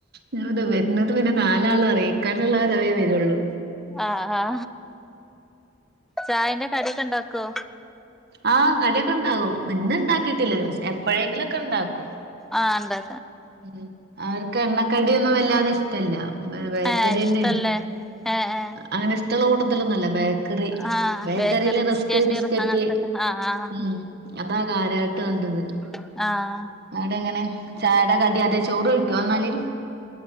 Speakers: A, on the right (about 55°); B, in the centre.
A: ങ്ങട്ട് വരുന്നത് പിന്നെ നാലാള അറിയിക്കാനുള്ളവര അവയേ വരുള്ളൂ
B: ആഹ ആ ചായന്റെ കടിയൊക്കെ ഇണ്ടാക്കോ
A: ആഹ് കടിയൊക്കെ ഉണ്ടാവും ഇന്ന് ഉണ്ടാക്കിയിട്ടില്ല എപ്പോഴെങ്കിലുംക്കെ ഉണ്ടാക്കും
B: ആഹ എന്താ
A: ഉം അവർക്ക് എണ്ണക്കടി ഒന്നും വല്ലാതെ ഇഷ്ടമല്ല ബേക്കറിന്നെ
B: ഏഹ് ഇഷ്ടല്ലേ ഏഹ് ഏഹ്
A: അങ്ങനെ ഇഷ്ടമുള്ള കൂടുത്തിലൊന്നല്ല ബേ
B: ആഹ്
A: ബേക്കറിൽ
B: ബേക്കറി
A: റസ്ക് ബിസ്കറ്റ്
B: അങ്ങനത്തൊക്കെ ആഹ് ആഹ്
A: ഉം അതാ കാര്യായിട്ട് വിട്ട <unintelligible>
B: ആഹ
A: അടെ എങ്ങനെ ചായട കടിയാത ചോറ് കഴിക്കുവോ വന്നാല്